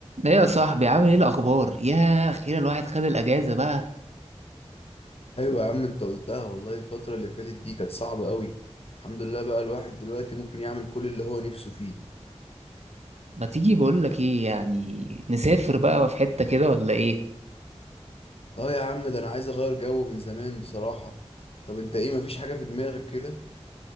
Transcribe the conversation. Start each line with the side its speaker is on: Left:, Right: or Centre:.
Right: ايه يا صاحبي عامل ايه الاخبار يا اخيرا الواحد خد الاجازه بقى
Left: ايوه يا عم انت قلتها والله الفترة اللي فاتت دي كانت صعبة قوي الحمد لله بقى الواحد دلوقتي ممكن يعمل كل اللي هو نفسه فيه
Right: ما تيجي بقول لك ايه يعني نسافر بقى في حته كده ولا ايه
Left: اه يا عم ده انا عايز اغير جو من زمان بصراحة طب انت ايه مفيش حاجة في دماغك كده